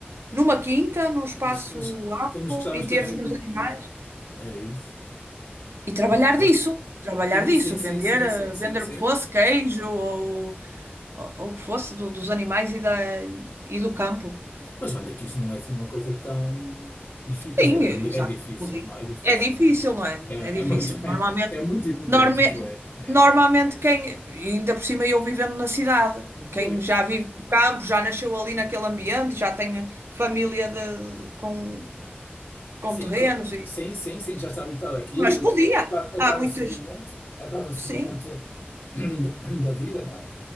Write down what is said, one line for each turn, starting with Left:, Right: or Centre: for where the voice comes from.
Right: numa quinta, num espaço
Left: mas, mas,
Right: amplo
Left: sim, mas gostavas
Right: e
Left: de
Right: ter
Left: ter assim
Right: os meus
Left: um.
Right: animais.
Left: Era isso?
Right: E trabalhar
Left: Olha.
Right: disso, trabalhar
Left: Sim,
Right: disso,
Left: sim, sim,
Right: vender,
Left: sim,
Right: eh,
Left: sim, sim,
Right: vender
Left: sim.
Right: o que fosse, queijo ou, ou, ou o que fosse do- dos animais e, da, e do campo.
Left: Mas olha que isso não é assim uma coisa tão difícil. Quer
Right: Sim,
Left: dizer,
Right: eh,
Left: é, mui-
Right: exato.
Left: é difícil,
Right: Podia.
Left: não, é difícil,
Right: É difícil,
Left: não é?
Right: não é?
Left: É,
Right: É difícil.
Left: é muito,
Right: Normalmente,
Left: <laughs> é, é muito hipotético,
Right: norme,
Left: é, é.
Right: normalmente quem, e ainda por cima eu vivendo na cidade, quem
Left: Pois.
Right: já vive no campo, já nasceu ali naquele ambiente, já tem família de- com, com
Left: Sim,
Right: terrenos,
Left: com-
Right: e,
Left: sim, sim, sim, já está habituado àquilo,
Right: mas podia.
Left: que é, qua- é
Right: Há
Left: quase
Right: muitas,
Left: um seguimento, é quase um seguimento
Right: sim.
Left: <clears throat> da da vida, não é?